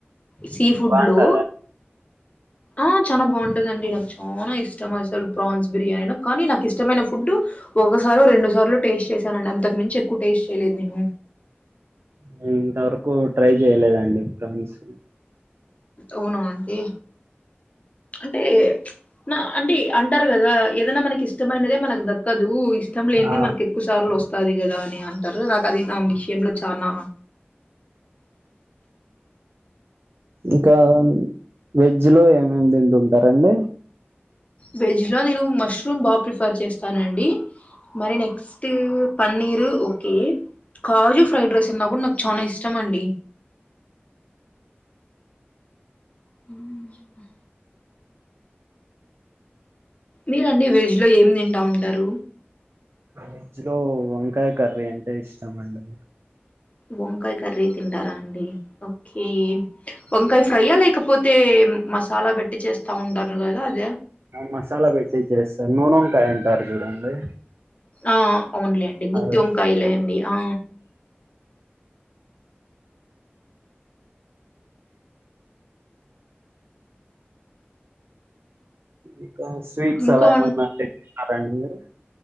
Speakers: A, on the left (about 35°); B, on the right (about 70°).
A: సీ ఫుడ్లు.
B: బాగుంటదా
A: ఆ చానా బాగుంటదండి నాకు. చానా ఇష్టం అసలు ప్రాన్స్ బిర్యానీ కానీ నాకు ఇష్టమైన ఫుడ్. ఒకసారు రెండు సార్లు టేస్ట్ చేశానండి అంతకు మించి ఎక్కువ టేస్ట్ చేయలేదు నేను.
B: నేను ఇంతవరకు ట్రై చేయలేదండి ఫ్రాన్స్.
A: అవునా ఆంటీ. అంటే నా అంటే అంటారు కదా. ఏదైనా మనకి ఇష్టమైనదే మనకు దక్కు. కదు ఇష్టం లేనిది
B: ఆ
A: మనకి ఎక్కువ సార్లు వస్తాది కదా. అని అంటారుకదా నాకు అది విషయంలో జ. తానా
B: ఇంకా వెజ్ లో ఏమేమ్ తింటూటారండి.
A: వెజ్ లో నేను మష్రూమ్ బాగా ప్రిఫర్ చేస్తానండి. మరి నెక్స్ట్ పన్నీరు ఓకే. కాజు ఫ్రైడ్ రైస్ అన్నా కూడా నాకు చానా ఇష్టం అండి. ఉ <inaudible> మీరండి వెజ్ లో ఏం తింటా ఉంటారు.
B: వెజ్ లో వంకాయ కర్రీ అంటే ఇష్టం అండి.
A: వంకాయ కర్రీ తింటారా అండి ఓకే వంకాయ ఫ్రైయా లేకపోతే. లేకపోతే మసాలా పెట్టి చేస్తా ఉంటారు కదా అదా.
B: మసాలా పెట్టి చేస్తారు నూనెంకాయ అంటారు చూడండి.
A: ఆ అవును లేండి గుత్తి
B: అదే
A: వంకాయ. వంకాయ లేండి ఆ.
B: ఇంకా స్వీట్స్
A: ఇంకా
B: అలా ఏమన్నా తింటారా అండి మీరు.